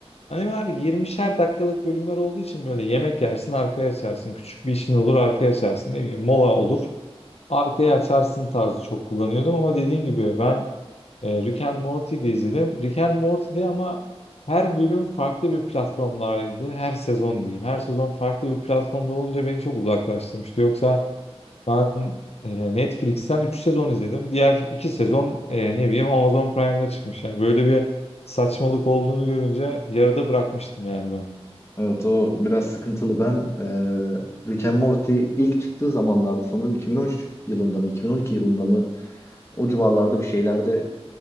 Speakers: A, on the left (about 75°); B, on the left (about 25°).
A: Animeler 20'şer dakikalık bölümler olduğu için böyle yemek yersin arkaya açarsın. Küçük bir işin olur arkaya açarsın. Ne bileyim mola olur arkaya açarsın tarzı çok kullanıyordum ama dediğin gibi ben e, Rick and Morty'de izledim. Rick and Morty'de ama her bölüm farklı bir platformlardaydı. Her sezon diyeyim. Her sezon farklı bir platformda olunca beni çok uzaklaştırmıştı. Yoksa ben e, Netflix'ten 3 sezon izledim. Diğer 2 sezon e, ne bileyim Amazon Prime'da çıkmış. Yani böyle bir saçmalık olduğunu görünce yarıda bırakmıştım yani ben.
B: Evet o biraz sıkıntılı. Ben e, Rick and Morty ilk çıktığı zamanlarda sanırım 2013 yılında mı 2012 yılında mı o civarlarda bir şeylerde